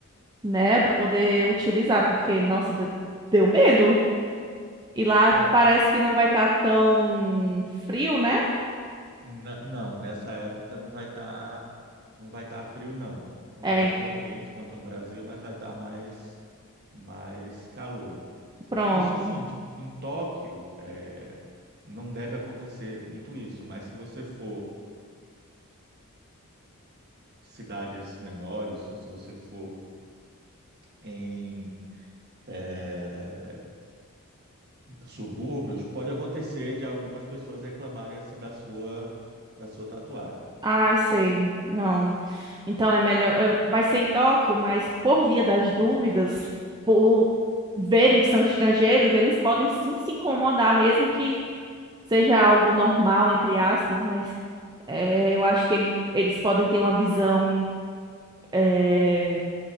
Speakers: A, on the right (about 20°); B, on the right (about 45°).
A: né, Pra poder utilizar, porque, nossa, deu, deu medo. E lá
B: É,
A: parece que não vai estar tão frio, né?
B: na- não, nessa época não vai estar, não vai estar frio, não. Não
A: É,
B: vai estar tão quente quanto no Brasil, mas vai estar mais, mais calor.
A: pronto.
B: Isso assim, tipo, em Tóquio, é, não deve acontecer muito isso, mas se você for cidades menores, ou se você for em é, subúrbios, pode acontecer de algumas pessoas reclamarem assim da sua da sua tatuagem.
A: Ai, sei. Não. Então é melhor. eu- Vai ser em Tóquio, mas por via das dúvidas, por verem que são estrangeiros, eles podem sim se incomodar, mesmo que seja algo normal, entre aspas, mas é, eu acho que ele- eles podem ter uma visão é,